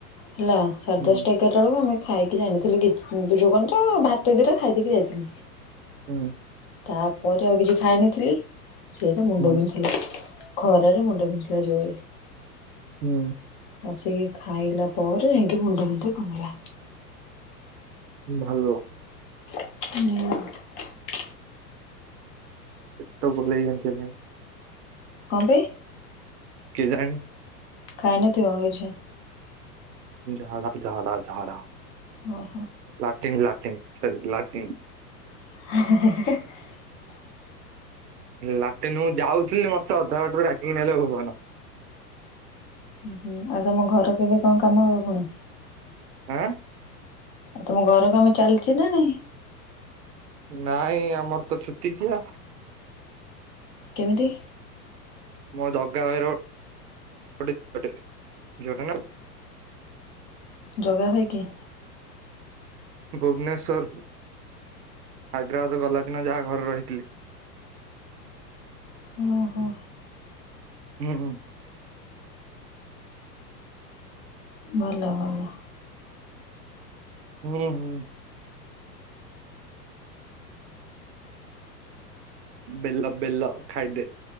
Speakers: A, on the left; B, on the right.
A: ହେଲା। ସାଢ଼େ
B: ହୁଁ
A: ଦଶଟା ଏଗାରଟା ବେଳକୁ ଆମେ ଖାଇକି ଯାଇନଥିଲି କି ଯୋଉ କଣ ତ ଭାତ ଦିଟା ଖାଇ ଦେଇକି ଯାଇଥିଲି।
B: ହୁଁ।
A: ତାପରେ ଆଉ କିଛି ଖାଇନଥିଲି, ସେଇରା ମୁଣ୍ଡ
B: ହୁଁ
A: ବିିନ୍ଧିଲା। ଖରାରେ ମୁଣ୍ଡ ବିନ୍ଧା। <unintelligible>
B: ହୁଁ।
A: ଆସିକି ଖାଇଲା ପରେ ଯାଇକି ମୁଣ୍ଡ ବିନ୍ଧା କମିଲା।
B: ହଁ ଭଲ
A: ହୁଁ।
B: ପେଟ। <unintelligible>
A: କଣ ପେଇ?
B: କେଜାଣି।
A: ଖାଇନଥିବ କିଛି।
B: ଝାଡ଼ ଝାଡ଼ା ଝାଡ଼ା
A: ଓହୋ
B: ଲାଟିନ୍ ଲା ସରି ଲାଟିନ୍
A: <inaudible>
B: ଲାଟିନ ମୁଁ ଯାଉଥିଲି ମତେ ଅଧାବାଟରୁ ଟାକିକି ନେଲେ ଭଗବାନ।
A: ହୁଁ ଆଉ ତମ ଘର କେବେ କଣ କାମ ହବ ପୁଣି।
B: ଆଁ?
A: ଆଉ ତମ ଘର କାମ ଚାଲିଚି ନା ନାହିଁ।
B: ନାଇଁ ଆମର ତ ଛୁତିକିଆ।
A: କେମିତି?
B: ମୋ ଜଗା ଭାଇର ଗୋ ଗୋଟେ ଝିଅଟେ ଝିଅଟେ ନା
A: ଜଗା ଭାଇ କିଏ?
B: ଭୁବନେଶ୍ବର ହାଇଦ୍ରାବାଦ ଗଲା ଦିନ ଯାହା ଘରେ ରହିଥିଲି।
A: ଓହୋ
B: ହୁଁ ହୁଁ।
A: ଭଲ ଭଲ।
B: ହୁଁ ହୁଁ। ବେଲ ବେଲ ଖାଇଦେ।